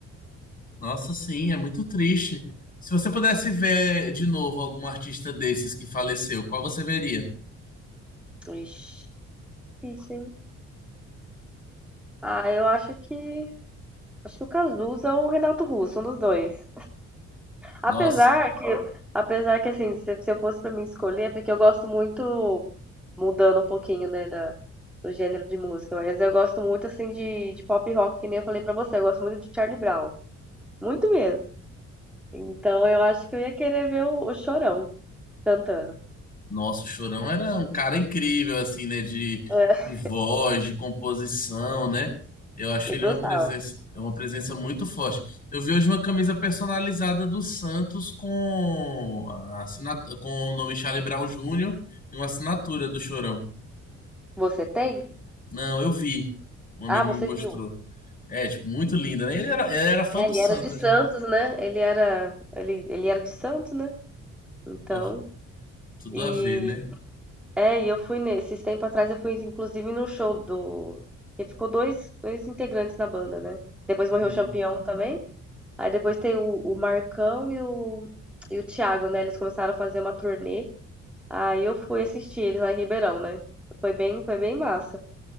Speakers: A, on the left; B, in the centre.
A: Nossa, sim, é muito triste. Se você pudesse ver de novo algum artista desses que faleceu, qual você veria?
B: Ixi. Difícil, hein? Ah, eu acho que. Acho que o Cazuza ou o Renato Russo, um dos dois. Apesar
A: Nossa,
B: que, apesar que assim, se, se eu fosse pra mim escolher, é porque eu gosto muito, mudando um pouquinho, né, da, do gênero de música, mas eu gosto muito, assim, de, de pop rock, que nem eu falei pra você, eu gosto muito de Charlie Brown. Muito mesmo. Então eu acho que eu ia querer ver o, o Chorão cantando.
A: nossa, o Chorão era um cara incrível, assim, né? De,
B: É,
A: de voz, de composição, né? Eu achei
B: eu
A: ele
B: gostava.
A: uma presença, uma presença muito forte. Eu vi hoje uma camisa personalizada do Santos com, a assinat- com o nome Charlie Brown Jr. e uma assinatura do Chorão.
B: Você tem?
A: Não, eu vi. Um amigo
B: Ah, você
A: me mostrou.
B: viu?
A: É, tipo, muito linda, né? Ele era, ele era fã
B: É,
A: do
B: ele
A: Santos,
B: era de Santos,
A: né?
B: né? Ele era, ele, ele era de Santos, né? Então,
A: Pô, tudo
B: e
A: a ver, né?
B: é, e eu fui nesses tempo atrás eu fui inclusive num show do que ficou dois, dois integrantes na banda, né? Depois
A: Hum,
B: morreu o Champião também. Aí depois tem o, o Marcão e o e o Thiago, né? Eles começaram a fazer uma turnê. Aí eu fui assistir eles lá em Ribeirão, né? Foi bem, foi bem massa.